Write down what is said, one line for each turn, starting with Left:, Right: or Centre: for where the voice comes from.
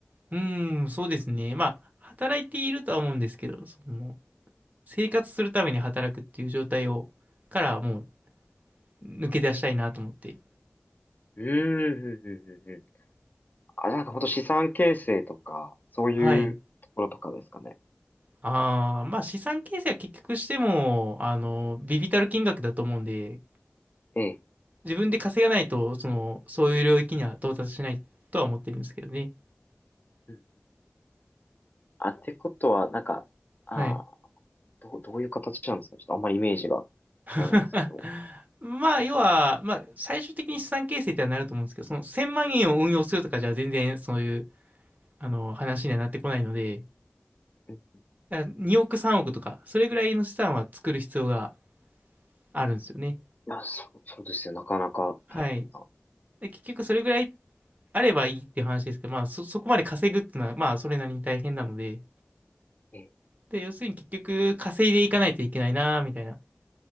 Right: うーん、そうですね。まあ、働いているとは思うんですけど、その、生活するために働くっていう状態を、からもう抜け出したいなと思って。
Left: うーん、うんうんうんうんあ、なんか本当資産形成とか、そういうところとかですかね。
Right: はい。ああ、まあ資産形成は結局しても、あの、微々たる金額だと思うんで、
Left: ええ。
Right: 自分で稼がないと、その、そういう領域には到達しないとは思ってるんですけどね。
Left: うん。あ、ってことは、なんか、ああ、
Right: はい。
Left: どう、どういう形なんですかちょっとあんまりイメージが、
Right: <laughs>
Left: あれなんですけど。
Right: まあ、要は、まあ、最終的に資産形成ってはなると思うんですけど、その1000万円を運用するとかじゃ全然そういう、あの、話にはなってこないので、
Left: うん
Right: だから2億3億とか、それぐらいの資産は作る必要があるんですよね。
Left: あ、そう、そうですよ。なかなか大変な。
Right: はい。で、結局それぐらいあればいいっていう話ですけど、まあそ、そこまで稼ぐっていうのは、まあそれなりに大変なので、
Left: え、
Right: で、要するに結局稼いでいかないといけないな、みたいな。